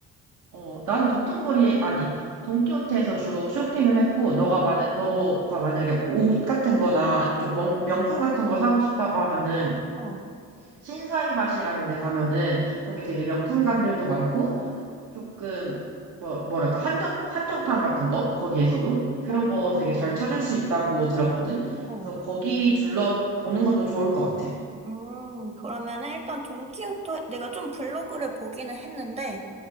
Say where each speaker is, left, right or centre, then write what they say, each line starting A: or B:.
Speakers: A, on the right; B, on the right.
A: 어, 나는 도톤보리에, 아니, 돈키호테에서 주로 쇼핑을 했고, 너가 만약, 너가 만약에 옷 같은 거나 아니면 좀 명, 명품 같은 거 사고 싶다고 하면은,
B: 어,
A: 신사이밭이라는 데 가면은, 거기 되게 명품관들도 많고, 조금, 뭐, 뭐랄까, 한정, 한정판 같은 거? 거기에서도? 그런
B: 어,
A: 거 되게 잘 찾을 수 있다고 들었거든?
B: 어.
A: 그래서 거기 둘러보는 것도 좋을 것 같아.
B: 음, 그러면은 일단 돈키호테, 내가 좀 블로그를 보기는 했는데,